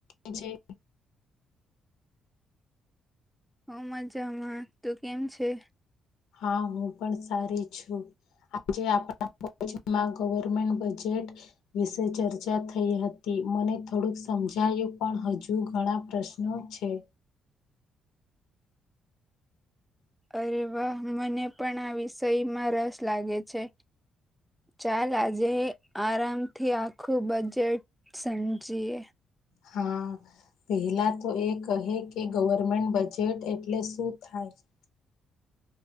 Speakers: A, on the left; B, in the centre.
A: જે
B: હું મજામાં. તું કેમ છે?
A: હા હું પણ સારી છું. આજે આપણા <unintelligible> ગવર્મેન્ટ બજેટ વિશે ચર્ચા થઈ હતી. મને થોડુંક સમજાયું પણ હજુ ઘણા પ્રશ્નો છે.
B: અરે વાહ મને પણ આ વિષયમાં રસ લાગે છે. ચાલ આજે આરામથી આખું બજેટ સમજીએ.
A: હા પેહલા તો એ કહે કે ગવર્મેન્ટ બજેટ એટલે શું થાય? <inaudible>